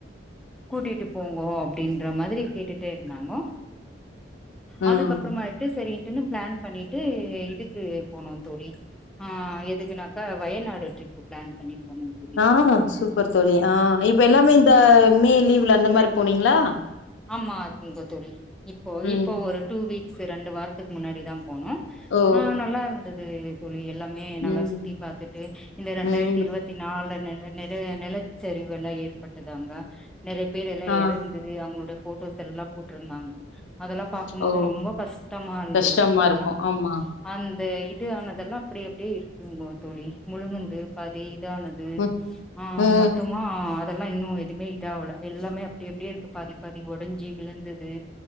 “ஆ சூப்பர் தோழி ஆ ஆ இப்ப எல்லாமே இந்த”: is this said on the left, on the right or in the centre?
Left